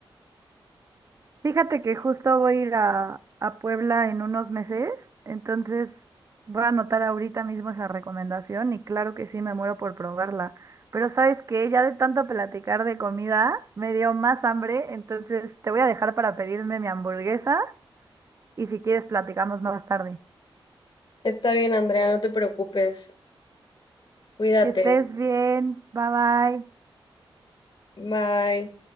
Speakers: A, on the right (about 35°); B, on the left (about 60°).
A: Fíjate que justo voy a ir a, a Puebla en unos meses, entonces voy a anotar ahorita mismo esa recomendación y claro que sí, me muero por probarla. Pero sabes que ya de tanto platicar de comida, me dio más hambre, entonces te voy a dejar para pedirme mi hamburguesa y si quieres platicamos más tarde.
B: Está bien, Andrea, no te preocupes, cuídate,
A: Que estés bien, bye bye.
B: bye.